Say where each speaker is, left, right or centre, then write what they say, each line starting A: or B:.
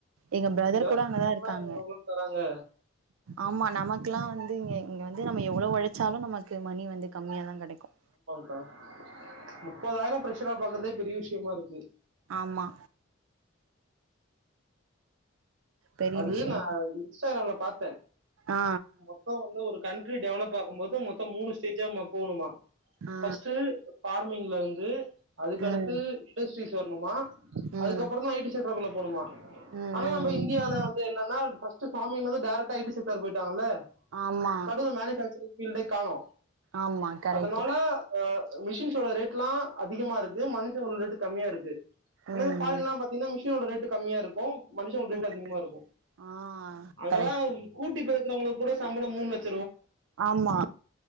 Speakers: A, on the right (about 80°); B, on the right (about 70°).
A: எங்க பிரதர்
B: இங்கெல்லாம்
A: கூட
B: மிஞ்சி
A: அங்கதான்
B: போனா
A: இருக்காங்க
B: எவ்வளவு தராங்க
A: ஆம்மா நமக்கில்லா வந்து இங்க வந்து நம்ம எவ்ளோ ஒழச்சாலும் நம்ம க்கு மணி வந்து கம்மியாதா கெடைக்கும்
B: கா முப்பதாயிரம் ப்ரெஷரா பாக்குறதே பெரிய விஷ்யமா இருக்கு
A: ஆமா பெரிய
B: அது
A: விஷயோ
B: நா இன்ஸ்டாகிராம்ல பாத்
A: ஆ
B: மொத்தம் வந்து ஒரு கண்ட்ரி டெவலப் ஆகும்போது மொத்தம் மூணு ஸ்டேஜா மொ போவ்ணுமா
A: ஆ ஆ
B: பஸ்ட்டு ஃபார் மிங்ல இருந்து அதுக்கு
A: ம்
B: அடுத்து இண்டெஸ்ட்ரிஸ் வர்ணுமா
A: ம் ம்
B: அதுக்கப்புறோந்தா ஐடி சேக்குரங்கள்ளே போணுமா
A: ம்
B: ஆனா நம்ப
A: ம்
B: இந் மொதல வந்து என்னன்னா ஃபஸ்ட் ஸ்டாமிங் வந்து டேரெக்டா ஐ டி செக்டார் போயிட்டாங்கள
A: ஆமா
B: நடுவுல மேனுஃபேக்ச்சரிங் ஃபீள்டே காணோ
A: ஆமா கரெக்ட்டு
B: அதனால ஆ ஆ மிஷின்ஸோட ரேட்ல்லா அதிகமாருக்கு மனுஷனோட ரேட்டுக் கம்மியாருக்கு ஆனா
A: ம்
B: இந்த ஃபாரின்ல்லா பாத்திங்னா மிஷ் ஷ்னோட ரேட்டு கம்மியாருக்கு மனு வெல
A: ம்
B: அதிகமாருக்கு
A: ஆ
B: அங்கெல்லாம்
A: கரெக்ட்
B: கூட்டி பெர்க் கரவங்களுக்குக் கூட சம்பளொ மூன் லச்
A: ஆம்மா